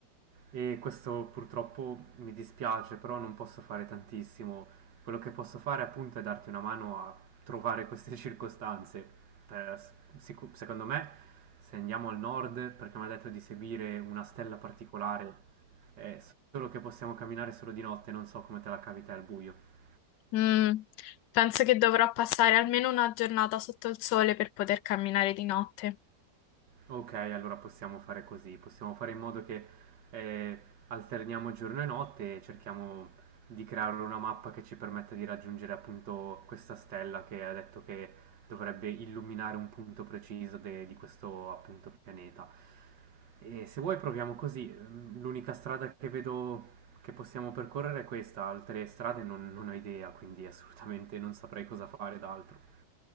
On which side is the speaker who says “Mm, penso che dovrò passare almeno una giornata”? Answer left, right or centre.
Left